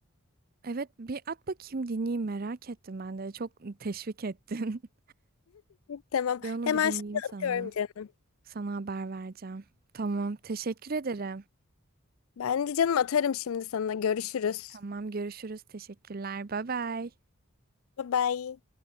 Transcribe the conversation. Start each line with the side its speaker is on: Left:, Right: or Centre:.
Right: Evet bir at bakayım dinleyeyim merak ettim ben de. Çok teşvik ettin. <laughs>
Left: Tamam.
Right: Ben onu
Left: Hemen
Right: bir dinleyeyim
Left: şimdi
Right: sana.
Left: atıyorum canım.
Right: Sana haber vereceğim. Tamam teşekkür ederim.
Left: Ben de canım atarım şimdi sana. Görüşürüz.
Right: Tamam görüşürüz teşekkürler bay bay.
Left: Bye bye.